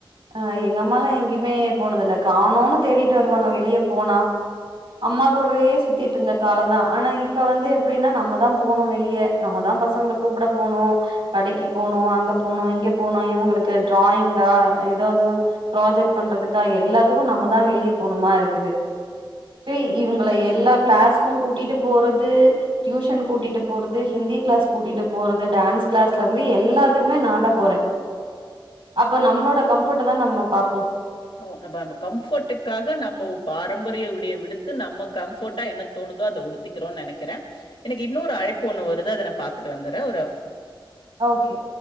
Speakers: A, on the right (about 75°); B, on the left (about 70°).
A: அ எங்க அம்மால்லா எங்கேமே போனதுல்ல காணோனு தேடிட்டு வருவாங்க வெளிய போனா அம்மா கூடவே சுத்திட்ருந்த கால தா ஆனா இப்ப வந்து எ ப்டினா நம்ம தா போணு வெளிய நம்ம தா பசங்கள கூப்ட போணு கடைக்கு போனு அங்க போனு இங்க போனு இவங்களுக்கு டிராயிங்கா ஏதாவ்து ப்ராஜெக்ட் பண்றதுக்கா எல்லாத்துக்கு நம்மதா வெளிய போணுமா இருக்குது <unintelligible> இவங்கள எல்லா கிளாஸ்கும் கூட்டிட்டு போறது டியூஷன் கூட்டிட்டு போறது ஹிந்தி கிளஸ் கூட்டிட்டு போறது டான்ஸ் கிளாஸ்லேற்ந்து எல்லாத்துக்குமே நா தா போற அப்ப நம்ளோட கம்ஃப்ட்ட தா நம்ம பாப்போ
B: ஒ நம்ப நம்ப கம்ஃபர்ட்டுக்காக நம்போ பாரம்பரிய உடைய விடுத்து நம்ம கம்ஃபர்ட்டா என்ன தோணுதோ அத உத்திக்கிறோன் ந நெனக்கிற எனக்கு இன்னொரு அழைப்பு ஒண்ணு வருது அத நா பாத்துட்டு வந்துர ஒரு
A: ஓகே